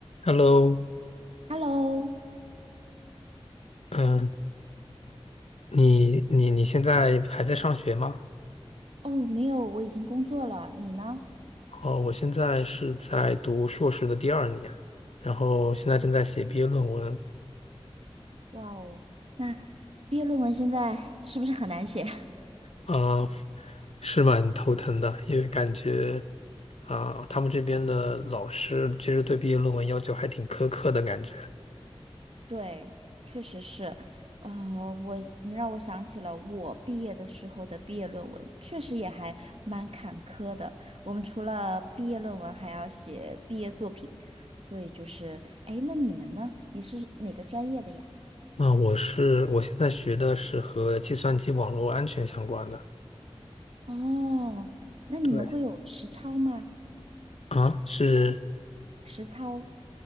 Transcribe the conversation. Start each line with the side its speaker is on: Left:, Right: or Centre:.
Left: Hello，
Right: Hello，
Left: 嗯，你你你现在还在上学吗？
Right: 哦，没有，我已经工作了，你呢？
Left: 哦，我现在是在读硕士的第二年，然后现在正在写毕业论文，
Right: 嗯哇哦，那毕业论文现在是不是很难写？
Left: 啊、是蛮头疼的，因为感觉啊、他们这边的老师其实对毕业论文要求还挺苛刻的感觉。
Right: <laughs> 对，确实是。呃，我，你让我想起了我毕业的时候的毕业论文，确实也还蛮坎坷的。我们除了毕业论文，还要写毕业作品，所以就是，哎，那你们呢？你是哪个专业的呀？
Left: 啊、我是我现在学的是和计算机网络安全相关的，
Right: 哦，那你们会有实操吗？
Left: 对，啊，是。
Right: 实操